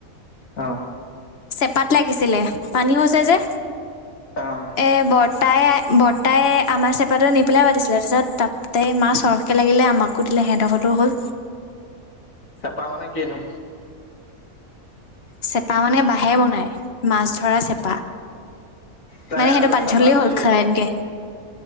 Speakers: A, on the left; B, on the left.
A: অ।
B: চেপাত লাগিছিলে পানী হৈছে যে।
A: অ',
B: এ বত ৰ্তাই বৰ্তাই আমাৰ চেপাটো নিপেলাই পাতিছিলে তাৰপিছত তাপতে মাছ সৰহকে লাগিলে আমাকো দিলে সিহঁত ঘৰতো হ'ল
A: চেপা মানে কিনো?
B: চেপা মানে বাহ <unintelligible> বনাই, মাছ ধৰা চেপ <unintelligible>
A: তাকে
B: মানে সেইটো
A: কৈছো
B: পানী
A: চেপাটো
B: হলে হ'ল
A: কি?
B: খা এনকে।